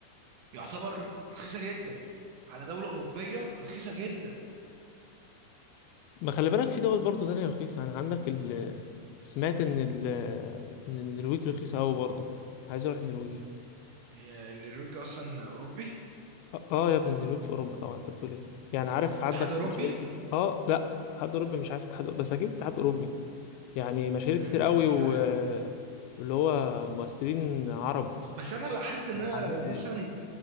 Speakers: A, on the right; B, on the left.
A: يعتبر رخيصه جدا على دوله اوروبيه رخيصه جدا
B: ما خلي بالك في دول برضه تانية رخيصة يعني عندك ال سمعت إن ال إن النرويج رخيصة أوي برضه عايز أروح النرويج
A: هي النرويج اصلا اوروبي
B: آه يا ابني النرويج في أوروبا طبعا أنت بتقول إيه يعني عارف
A: اتحاد
B: عندك
A: اوروبي
B: مشاهير كده آه لأ اتحاد أوروبي مش عارف اتحاد بس أكيد اتحاد أوروبي يعني مشاهير
A: آه
B: كتير أوي
A: مش
B: و...
A: عارف
B: واللي هو مؤثرين عرب
A: بس انا لا حاسس ان انا
B: قاعدين
A: لو
B: هناك
A: مثلا